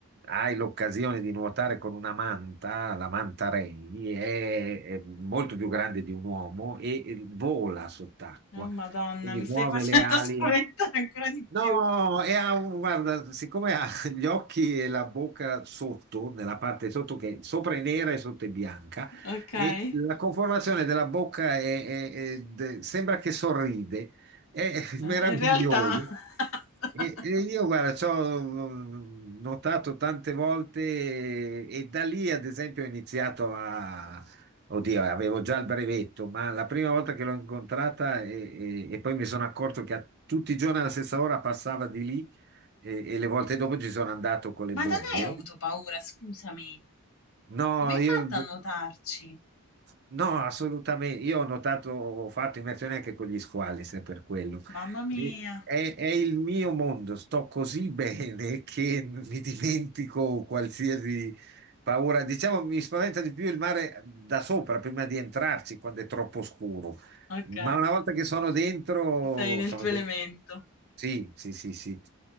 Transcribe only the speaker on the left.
Oh Madonna,
mi
stai facendo
<laughs> spaventare
ancora di
più.
Ok,
eh,
in realtà. <laughs>
Ma
da lei ha avuto paura, scusami.
Come hai
fatto a notarci?
Mamma mia.
Ok,
sei nel
tuo elemento.